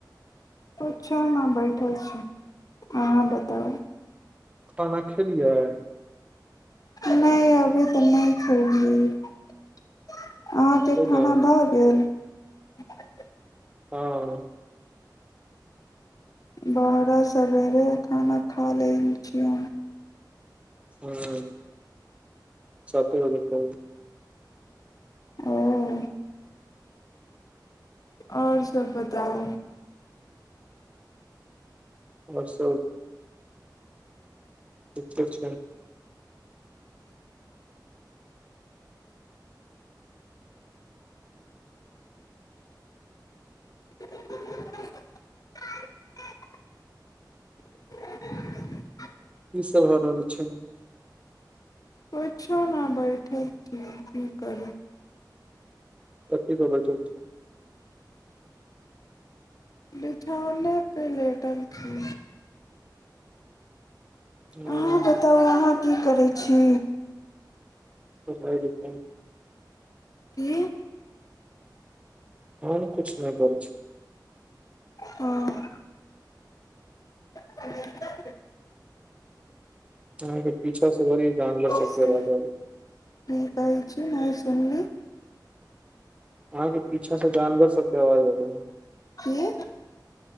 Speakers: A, on the left (about 50°); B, on the right (about 15°).
A: पछौ ने बैठल छी अहाँ बताउ
B: खाना खेलिया ह
A: नहि अभी तऽ नहि छोी अहाँके
B: पहिले
A: खाना भऽ गेल <unintelligible>
B: हँ
A: बाहर सवेरे खाना खा ल छियौ
B: ह साते बजे चल
A: ओ आओर सब बताउ
B: बस अच्छा अच्छा
A: <unintelligible>
B: ईसभ हो रहल छै
A: पुछो ने बैठक छी की करू
B: तऽ की कहबै चल छै
A: बिछौने प लेटर छी
B: हँ
A: अहाँ बताउ अहाँ की करैत छी
B: कछइ जत
A: की
B: हमन किछु नहि कर छी
A: हँ <unintelligible>
B: ह अछ से भरी जानवर चके
A: से
B: राज
A: की कहै छी नहि सुनली
B: अहाँके पीछा से जानवर सबके आवाज अले है
A: की